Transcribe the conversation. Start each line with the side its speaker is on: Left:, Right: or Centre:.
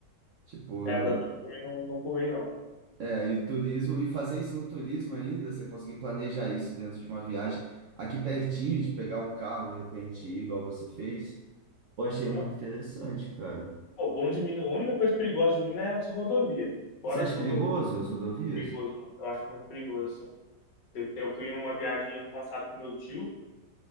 Right: tipo,
Left: É,
Right: no.
Left: tá, também não, não pulei, não.
Right: É, aí o turismo, e fazer isso no turismo ainda, você conseguir planejar isso dentro de uma viagem aqui pertinho, de pegar um carro, de repente, ir igual você fez, eu achei muito
Left: É, pô,
Right: interessante, cara.
Left: o bom de Minas, a única coisa perigosa de Minas é as rodovias. Fora
Right: Você acha
Left: as rodovias,
Right: perigoso as rodovias?
Left: perigoso, mano. Eu acho muito perigoso, assim. Eu eu fui em uma viagem ano passado com meu tio,